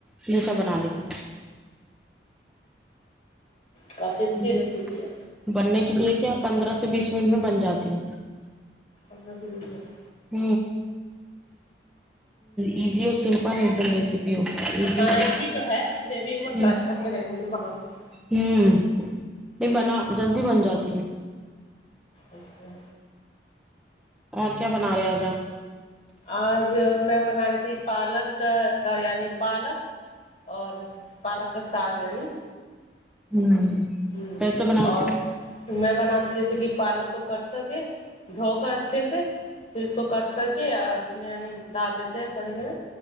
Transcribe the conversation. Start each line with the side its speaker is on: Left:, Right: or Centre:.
Centre: جیسا بنا لیتی
Left: کافی اچھی
Centre: ہ
Left: ریسیپی ہے
Centre: بننے کے لیے کیا پندرہ سے بیس منٹ میں بن جاتی ہوں
Left: اپنا کے بھی س
Centre: ہ ایزی اور سمپل ہے ایک دم ریسیپی وه ایزی
Left: ہاں
Centre: سی ہے
Left: تو ہے میں بھی ایک بار
Centre: ہ
Left: ٹرائی کر کے دیکھوں گی بنانا
Centre: ہوں نہیں بنا جلدی بن جاتی ہوں
Left: اچھا
Centre: اور کیا بنا رہے آج آپ
Left: آج میں بنا رہی تھی پالک یعنی پالک اور پالک کا ساگ یعنی
Centre: ہوں
Left: ہ
Centre: کیسے بناتے
Left: اور
Centre: ہو
Left: میں بناتی جیسے کہ پالک کو کٹ کر کے دھو کر اچھے سے پھر اس کو کٹ کر کے ا اس میں یعنی ڈال دیتے ہیں پرے پرے